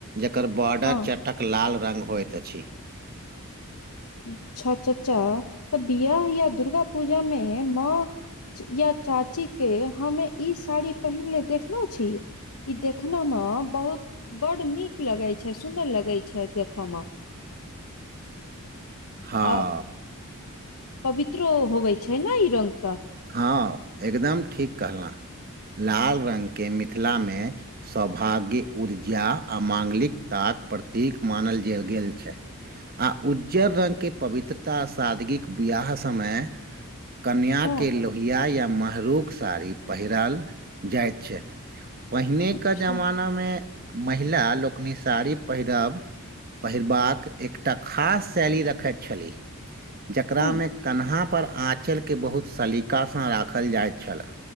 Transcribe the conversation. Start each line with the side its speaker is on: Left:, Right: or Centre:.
Right: जकर बॉर्डर
Left: हँ
Right: च टक लाल रंग होइत अछि।
Left: अच्छा चचा तऽ बियाह या दुर्गा पूजामे माॅं या चाचीके हमे ई साड़ी पहिरले देखल छी ई देखन मे बहुत बड नीक लगे छै सुदर लगे छै देखऽ मे।
Right: हँ
Left: आ पवित्रो होबै छै ने ई रंग तऽ।
Right: हँ एकदम ठीक कहल। लाल रंग के मिथिला मे सौभाग्य ऊर्जा आ मांगलिकताक प्रतीक मानल गेल छै। आ उज्जर रंग के पवित्रता सादगीक बियाह समय कन्याक
Left: हँ
Right: के लोहिया या महरूक साड़ी पहिराल जाइत छै पहिनेक-
Left: अच्छा
Right: के जमाना मे महिला लोकनि साड़ी पहिरब पहिरबाक एकटा खास शैली रखैत छलीह जकरामे
Left: हूँ
Right: कन्हा पर आँचलके बहुत सलीकासँ राखल जाइत छलए।